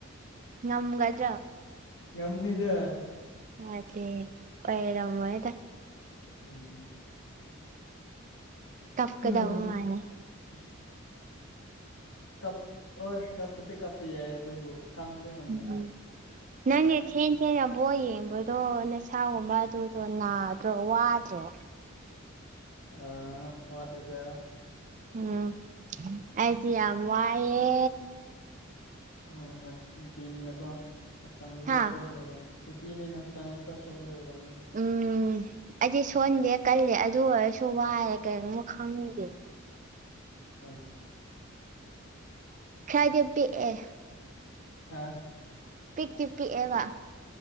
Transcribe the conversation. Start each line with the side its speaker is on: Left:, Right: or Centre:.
Right: ꯉꯝꯒꯗꯔꯣ
Left: ꯉꯝꯅꯤꯗ
Right: ꯅꯠꯇꯦ ꯑꯣꯏꯔꯝꯃꯣꯏꯗ
Left: ꯎꯝ
Right: ꯀꯞꯀꯗꯕ
Left: ꯍꯣꯏ
Right: ꯃꯥꯜꯂꯦ
Left: ꯀꯞꯑꯣꯏ ꯀꯞꯄꯗꯤ ꯀꯞꯄ ꯌꯥꯏ ꯑꯗꯨꯕꯨ ꯈꯥꯡꯕꯗꯤ ꯉꯝꯅꯤꯗ
Right: ꯎꯝ ꯅꯪꯅ ꯊꯦꯡ ꯊꯦꯡꯅ ꯕꯣꯜ ꯌꯦꯡꯕꯗꯣ ꯅꯁꯥꯒꯨꯝꯕ ꯑꯗꯨ ꯗꯣ ꯅꯥꯗ꯭ꯔꯣ ꯋꯥꯗ꯭ꯔꯣ
Left: ꯑꯥ ꯋꯥꯗꯦꯗ
Right: ꯎꯝ ꯑꯩꯗꯤ ꯌꯥꯝ ꯋꯥꯏꯌꯦ
Left: ꯍꯣꯏ ꯍꯣꯏ ꯅꯨꯄꯤꯅꯤꯅꯀꯣ ꯍꯛꯆꯥꯡꯗꯣ
Right: ꯍꯥ
Left: ꯈꯔ ꯁꯣꯟꯕ ꯑꯣꯏꯔꯝꯅꯤ ꯅꯨꯄꯤꯅꯤꯅ ꯍꯛꯆꯥꯡꯗꯣ ꯈꯔ ꯁꯣꯟꯕ ꯑꯣꯏꯔꯝꯅꯤꯕ
Right: ꯎꯝ ꯑꯩꯗꯤ ꯁꯣꯟꯗꯦ ꯀꯜꯂꯦ ꯑꯗꯨ ꯑꯣꯏꯔꯁꯨ ꯋꯥꯔꯦ ꯀꯔꯤꯒꯨꯝꯕ ꯈꯪꯗꯦ
Left: ꯑꯠꯆꯥ
Right: ꯈꯔꯗꯤ ꯄꯤꯛꯑꯦ
Left: ꯍꯥ
Right: ꯄꯤꯛꯇꯤ ꯄꯤꯛꯑꯦꯕ